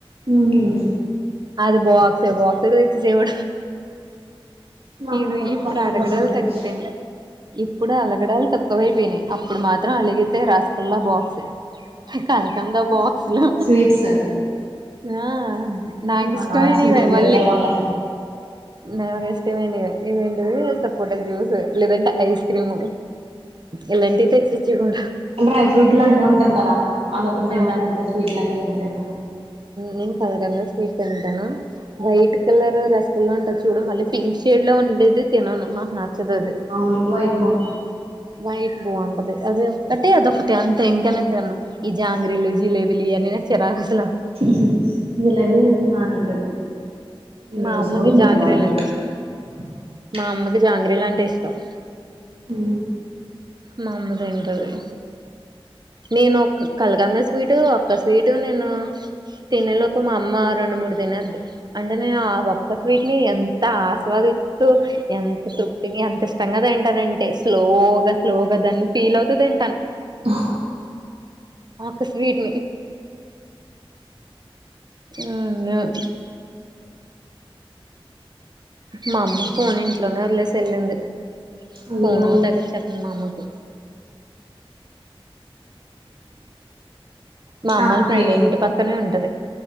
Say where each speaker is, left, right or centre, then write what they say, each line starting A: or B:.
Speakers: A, on the right; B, on the right.
A: ఉమ్
B: అది బోక్స్ బోక్స్డు తెచ్చసేవాడు
A: మా అక్క
B: ఇది
A: కూడా
B: ఇప్పుడు
A: కలకంద
B: అడగడాలు
A: స్వీట్ అంటే
B: తగ్గిపోయింది ఇప్పుడు అలగడాలు తగ్కు తక్కవైపోయినాయి అప్పుడు మాత్రం అలిగితే రసగుల్లా బాక్స్ కనీకండా బక్స్ లో
A: స్వీట్స్
B: ఆ నాకు
A: మళ్ళా
B: ఇష్టమేనివ
A: అలా స్వీట్ల జోలికి
B: మళ్ళీ
A: వెళ్ళంలే
B: నాకు ఇష్ట ఇది సపోట జ్యూస్ లేదంట ఐస్ క్రీమ్ ఇలాంటివి తెచ్చిచ్చేవాడు
A: డ్రై ఫ్రూట్ లడ్డు ఉంటది కదా అదొక్కటి తింటాను
B: ఆ
A: అంతే స్వీట్ లాక ఏమ తినను
B: నేను కలగంలో స్వీట్ తింటాను వైట్ కలర్ రసగుల్ల ఉంటొచ్చు చూడు మళ్ళీ పింక్ షేడ్ లో ఉండేది తినను నాకు నచ్చదు అది
A: అవును వైట్ బాగుంది
B: వైట్ బాగుంటది అది ఒకక్కటిే అదొ ఒకటిే అంతే ఇంకానేంతన్న ఈ జాంగ్రీలు జిలే రీలీయానినాచ్చరాఖసలు
A: శ జిలాబీ బానేవుంటది ఈ
B: మా
A: రోజు
B: అమ్మకి జాంగ్రీలు
A: గురువారమే
B: అంటే
A: <unintelligible>
B: ఇష్టం మా అమ్మకి జాంగ్రీలు అంటే ఇష్టం
A: హ
B: మ అమ్మ తింటది నేను ఒక కలకండా స్వీటు ఒక్క స్వీటు నేను తినేలోపు మా అమ్మ రెండు మూడు తినేస్తది అంటే నేను ఆ ఒక్క స్వీట్ ని ఎ ఆస్వాదిస్తూ ఎంత తృప్తిగా ఎంత ఇష్టంగా తింటానంటే స్లోగా స్లోగా అ దన్ని ఫీల్ అవుతూ తింటాను
A: ఓ
B: ఓక స్వీట్ <inaudible> మా అమ్మ ఫోన్ ఇంట్లోనే వదిలేసి వెళ్ళింది
A: అయ్యో
B: ఫను ట కుచ్చ మా అమ్మ కి మా
A: ఆ
B: అమ్మల
A: అక్కకే
B: ఫ్రెండ్ ఇంటి పక్కనే ఉంటది